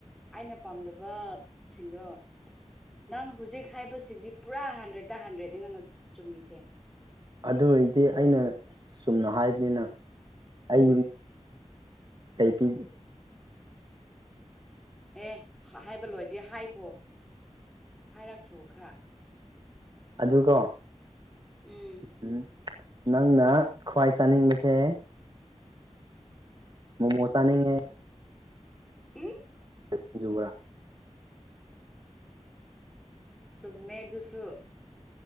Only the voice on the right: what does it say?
ꯑꯗꯨ ꯑꯣꯏꯔꯗꯤ ꯑꯩꯅ ꯁꯨꯝꯅ ꯍꯥꯏꯕꯅꯤꯅ ꯑꯩ
ꯇꯩꯇ
ꯑꯗꯨꯀꯣ
ꯎꯝ ꯅꯪꯅ ꯈ꯭ꯋꯥꯏ ꯆꯥꯅꯤꯡꯕꯁꯦ ꯃꯣꯃꯣ ꯆꯥꯅꯤꯡꯉꯦ
ꯁꯤꯡꯖꯨꯕ꯭ꯔꯥ